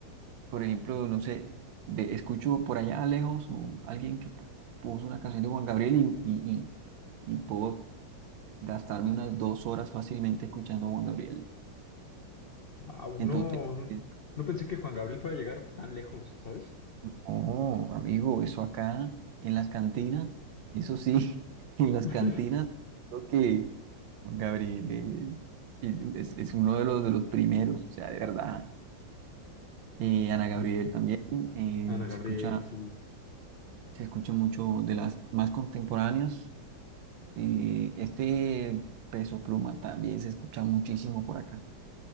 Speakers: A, on the right; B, on the left.
A: Por ejemplo, no sé, ve- escucho por allá lejos un- alguien que pu- puso una canción de Juan Gabriel y, y, y, y puedo gastarme unas dos horas fácilmente escuchando a Juan Gabriel.
B: Wow,
A: Entonces,
B: no, no
A: eh,
B: no pensé que Juan Gabriel fuera a llegar tan lejos, ¿sabes?
A: oh, amigo, eso acá en las cantinas, eso sí, <laughs> en las
B: <laughs>
A: cantinas, creo que Juan Gabriel es, es, es- es uno de los, de los primeros, o sea, de verdad. Eh, Ana Gabriel
B: Ah,
A: también, eh,
B: Ana Gabriel,
A: se escucha,
B: sí.
A: se escucha mucho de las más contemporáneas. Eh, este Peso Pluma también se escucha muchísimo por acá.